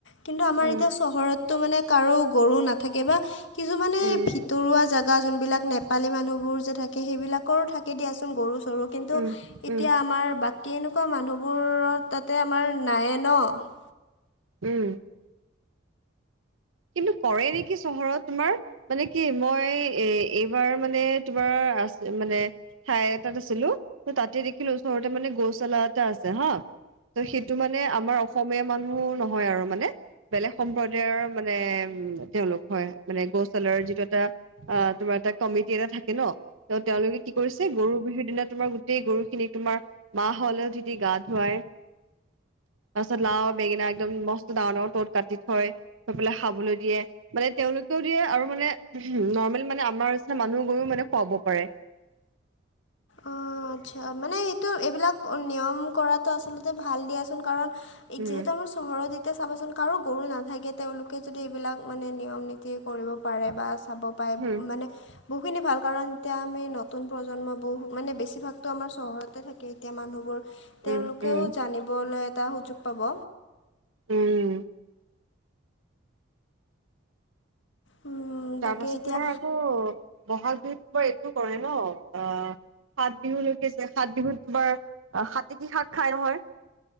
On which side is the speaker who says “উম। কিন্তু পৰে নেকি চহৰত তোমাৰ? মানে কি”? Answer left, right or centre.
Right